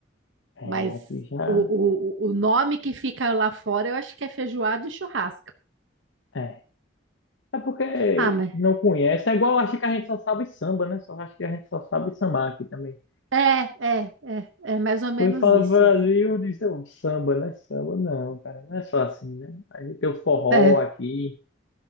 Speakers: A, on the left; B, on the right.
A: É,
B: Mas
A: aqui já.
B: o, o, o o nome que fica lá fora, eu acho que é feijoada e churrasco.
A: É. É porque
B: Ah, mas
A: não conhece. É igual acho que a gente só sabe samba, né? Só acho que a gente só sabe sambar aqui também.
B: é, é, é, é mais ou menos
A: Quando fala
B: isso.
A: Brasil, diz "Não, samba, né? Samba não, cara. Não é só assim, né? A gente tem o forró
B: É,
A: aqui,